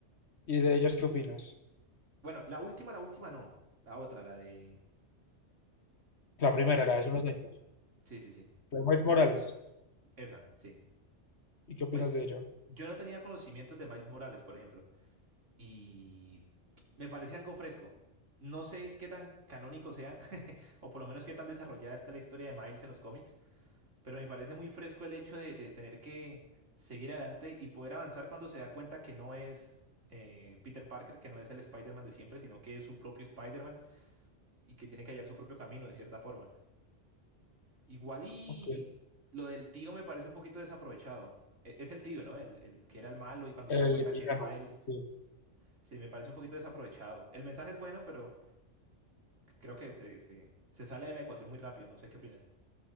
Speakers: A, on the left (about 65°); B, on the right (about 85°).
A: ¿Y de ellas qué opinas?
B: Bueno, la última, la última no. La otra, la de,
A: La
B: la
A: primera,
B: de,
A: la de hace unos años,
B: sí, sí, sí.
A: la de Miles Morales.
B: Esa, sí.
A: ¿Y qué opinas
B: Pues
A: de ella?
B: yo no tenía conocimientos de Miles Morales, por ejemplo, y me parece algo fresco. No sé qué tan canónico sea, <laughs> o por lo menos qué tan desarrollada está la historia de Miles en los cómics, pero me parece muy fresco el hecho de, de tener que seguir adelante y poder avanzar cuando se da cuenta que no es eh, Peter Parker, que no es el Spider-Man de siempre, sino que es su propio Spider-Man y que tiene que hallar su propio camino de cierta forma. Igual y
A: Ok,
B: lo del tío me parece un poquito desaprovechado. E- Es el tío, ¿no? El, el que era el malo y cuando
A: el
B: se da cuenta
A: villano,
B: que es Miles,
A: sí.
B: sí, me parece un poquito desaprovechado. El mensaje es bueno, pero creo que se, se, se sale de la ecuación muy rápido, no sé qué opinas.